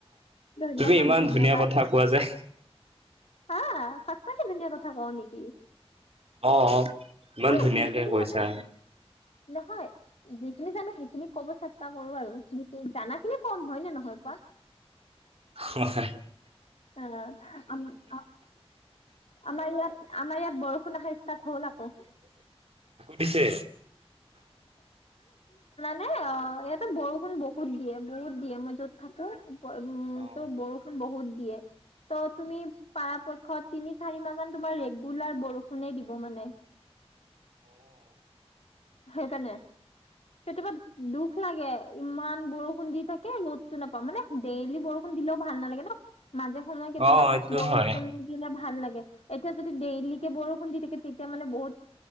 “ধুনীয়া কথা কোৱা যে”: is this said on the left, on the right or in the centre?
Right